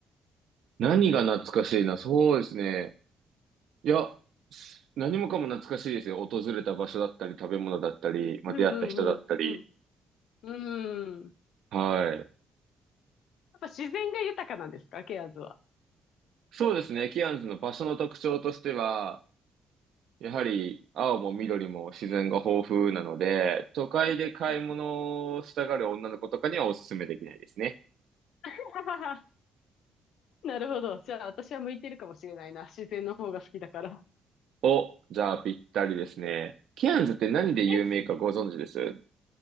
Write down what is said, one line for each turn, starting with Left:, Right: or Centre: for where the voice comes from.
Right: 何が懐かしいな、そうですね。いや、す何もかも懐かしいですよ。訪れた場所だったり、食べ物だったり、まあ、
Left: うん、
Right: 出会った人だったり。
Left: うん、うん、うん。うん。や
Right: はい。
Left: っぱ自然が豊かなんですか、ケアーズは。
Right: そうですね、キアンズの場所の特徴としては、やはり青も緑も自然が豊富なので、都会で買い物をしたがる女の子とかにはおすすめできないですね。
Left: うんうん <laughs> なるほど。じゃあ、私は向いてるかもしれないな。自然の方が好きだから。
Right: お、じゃあぴったりですね。ケアンズって何で有名かご存知です
Left: え、